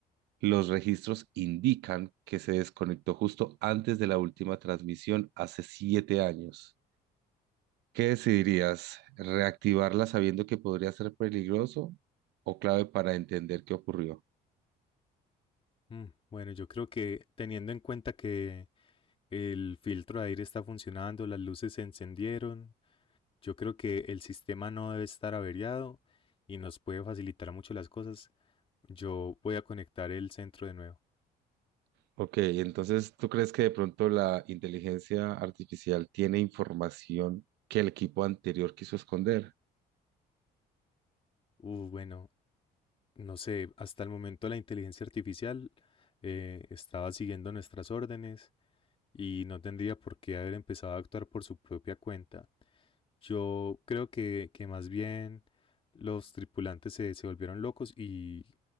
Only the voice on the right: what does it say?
Los registros indican que se desconectó justo antes de la última transmisión hace siete años. ¿Qué decidirías? ¿Reactivarla sabiendo que podría ser peligroso o clave para entender qué ocurrió?
Ok, entonces, ¿tú crees que de pronto la inteligencia artificial tiene información que el equipo anterior quiso esconder?